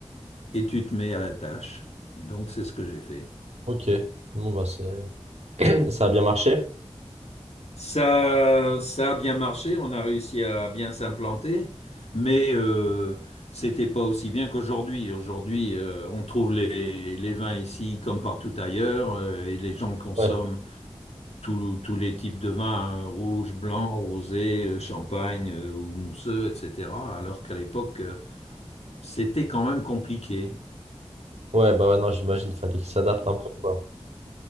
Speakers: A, on the left; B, on the right.
A: et tu te mets à la tâche. Donc, c'est ce que j'ai fait.
B: Ok. Bon, bah, c'est... <clears throat> Ça a bien marché?
A: Ça, ça a bien marché, on a réussi à bien s'implanter, mais euh, c'était pas aussi bien qu'aujourd'hui. Aujourd'hui, euh, on trouve les, les vins ici comme partout ailleurs, euh, et les gens consomment
B: Ouais.
A: tous tous les types de vins, hein, rouge, blanc, rosé, euh, champagne euh, ou mousseux, etc. Alors qu'à l'époque, euh, c'était quand même compliqué.
B: Ouais, bah, ouais, non, j'imagine, fallait qu'il s'adapte un peu, quoi.